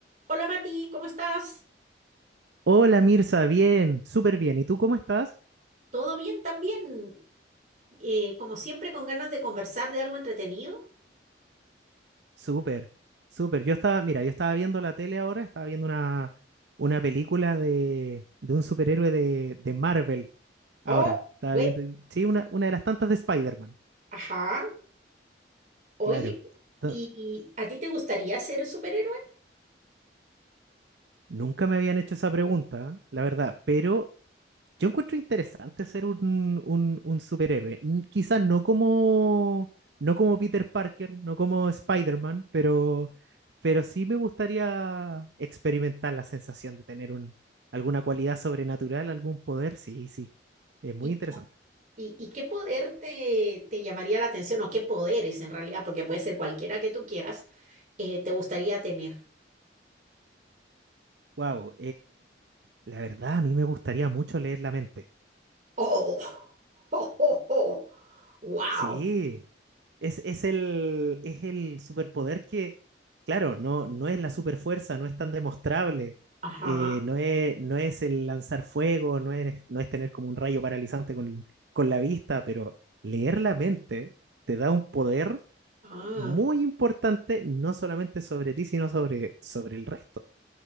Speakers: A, on the right; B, on the right.
A: Hola Mati, ¿cómo estás?
B: Hola Mirza, bien, súper bien. ¿Y tú cómo estás?
A: ¿Todo bien también? Eh, como siempre, con ganas de conversar de algo entretenido.
B: Súper, súper. Yo estaba, mira, yo estaba viendo la tele ahora, estaba viendo una, una película de, de un superhéroe de, de Marvel ahora.
A: Oh,
B: Estaba
A: bueno,
B: viendo, sí, una, una de las tantas de Spider-Man,
A: ajá. Oye,
B: claro. Ento-
A: ¿y, y a ti te gustaría ser superhéroe?
B: nunca me habían hecho esa pregunta, la verdad, pero Yo encuentro interesante ser un, un, un superhéroe. N- Quizás no como, no como Peter Parker, no como Spider-Man, pero, pero sí me gustaría experimentar la sensación de tener un, alguna cualidad sobrenatural, algún poder. Sí, sí. Es
A: ¿Y,
B: muy interesante.
A: y- y qué poder te, te llamaría la atención o qué poderes en realidad, porque puede ser cualquiera que tú quieras, eh, te gustaría tener?
B: Wow. la verdad, a mí me gustaría mucho leer la mente.
A: ¡Oh! <laughs> ¡Oh, oh, oh! ¡Wow!
B: Sí, es, es el, es el superpoder que, claro, no, no es la superfuerza, no es tan demostrable,
A: Ajá.
B: eh, no es, no es el lanzar fuego, no es, no es tener como un rayo paralizante con, con la vista, pero leer la mente te da un poder
A: Ah,
B: muy importante, no solamente sobre ti, sino sobre, sobre el resto,